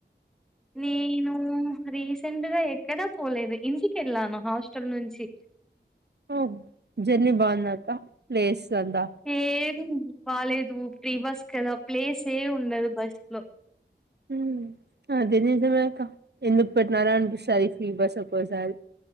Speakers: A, in the centre; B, on the right.
A: నేను రీసెంట్గా ఎక్కడా పోలేదు, ఇంటికి వెళ్ళాను హాస్టల్ నుంచి.
B: ఓ జర్నీ బావుందా అక్క ప్లేస్ అంతా
A: ఏ హూ బాలేదు ఫ్రీ బస్ కదా, ప్లేస్ ఏ ఉండదు బస్ లో.
B: హు అదే నిజం అక్క ఎందు పెట్టానరా అనిపిస్తాది ఫ్రీ బస్. ఒక్కోసారి